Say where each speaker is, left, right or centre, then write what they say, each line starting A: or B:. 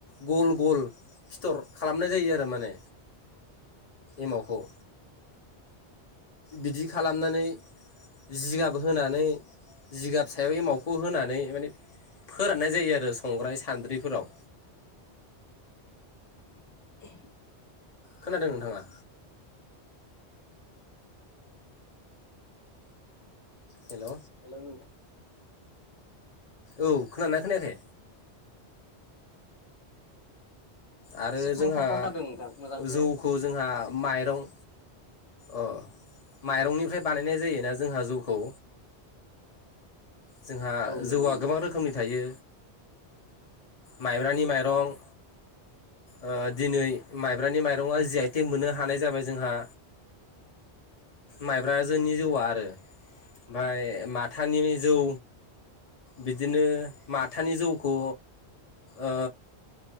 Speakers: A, on the left (about 35°); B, on the left (about 80°).
A: गल गल फिथर खालामनाय जायो आरो माने एमावखौ बिदि खालामनानै जिगाब होनानै जिगाब सायाव एमावखौ होनानै माने फोराननाय जायो आरो संग्राय सान्द्रिफोराव
B: <inaudible>
A: खोनादों नोंथाङा हेल'
B: हेल' नोंथां
A: औ खोनादोंना खोनायाखै? आरो
B: एसे थाबथा
A: जोंहा
B: थाबथा खानादों नोंथां मोजां खोनायाखै
A: जौखौ जोंहा माइरं अ माइरंनिफ्राय बानायनाय जायोना जोंहा जौखौ। जोंहा
B: औ नंगौ
A: जौआ
B: नोंथां
A: गोबां रोखोमनि थायो माइब्रानि माइरं ओ दिनै माइब्रानि माइरङा जि आइ थेग मोननो हानाय जाबाय जोंहा। माइब्राजोननि जौआ आरो ओमफ्राय माथानि जौ बिदिनो माथानि जौखौ ओ